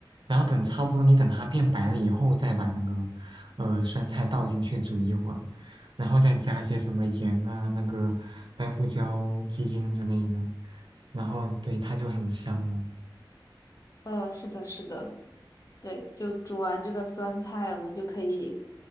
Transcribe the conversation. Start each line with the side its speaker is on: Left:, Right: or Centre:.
Right: 然后等差不多，你等它变白了以后，再把那个呃酸菜倒进去煮一会儿，然后再加些什么盐啊、那个白胡椒、鸡精之类的，然后对它就很香了。
Left: 呃，是的，是的，对，就煮完这个酸菜，我们就可以